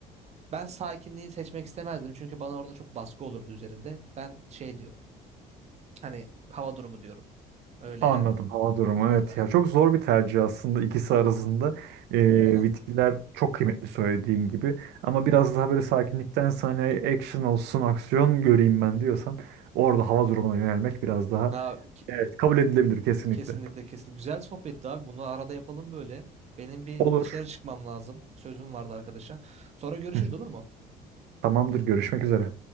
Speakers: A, on the right; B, on the right.
A: Ben sakinliği seçmek istemezdim çünkü bana orada çok baskı olurdu üzerinde. Ben şey diyorum. Hani hava durumu diyorum. Öyle
B: Anladım.
A: yani.
B: hava durumu
A: Aynen
B: evet
A: aynen.
B: ya çok zor bir tercih aslında ikisi arasında. Ee,
A: Aa,
B: bitkiler çok kıymetli söylediğin gibi ama biraz daha böyle sakinlikten sana action olsun aksiyon göreyim ben diyorsan orada hava durumuna yönelmek biraz daha
A: aa, ki-
B: evet kabul edilebilir kesinlikle.
A: kesinlikle kesinlikle. Güzel sohbetti abi. Bunu arada yapalım böyle. Benim bir
B: Olur.
A: dışarı çıkmam lazım. Sözüm vardı arkadaşa. Sonra görüşürüz
B: <laughs>
A: olur mu?
B: Tamamdır görüşmek üzere.